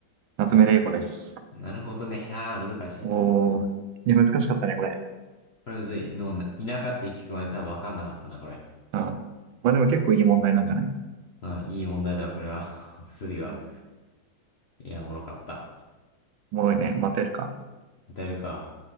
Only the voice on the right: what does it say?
夏目玲子です。
おー。いや、難しかったね、これ。
うん。まあでも結構いい問題なんじゃない
うん
おもろいね。またやるか。